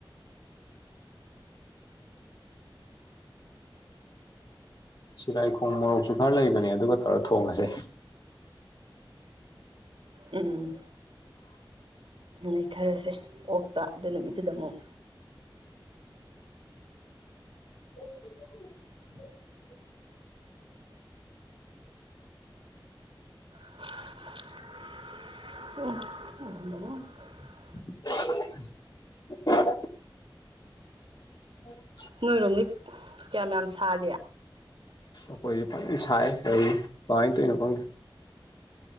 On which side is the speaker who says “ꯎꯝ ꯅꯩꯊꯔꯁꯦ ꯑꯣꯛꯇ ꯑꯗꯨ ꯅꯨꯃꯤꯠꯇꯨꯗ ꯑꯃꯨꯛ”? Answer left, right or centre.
Right